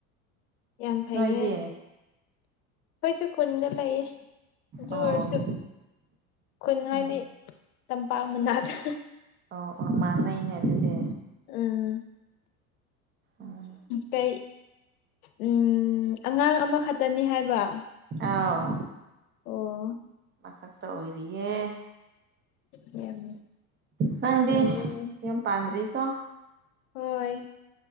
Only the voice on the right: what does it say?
ꯅꯣꯏꯗꯤ
ꯑꯣ
ꯎꯝ
ꯑꯣ ꯑꯣ ꯃꯥꯥꯟꯅꯩꯅꯦ ꯑꯗꯨꯗꯤ
ꯎꯝ
ꯑꯥꯎ
ꯃꯈꯛꯇ ꯑꯣꯏꯔꯤꯌꯦꯦ
ꯅꯪꯗꯤ
ꯌꯨꯝ ꯄꯥꯟꯗ꯭ꯔꯤꯀꯣ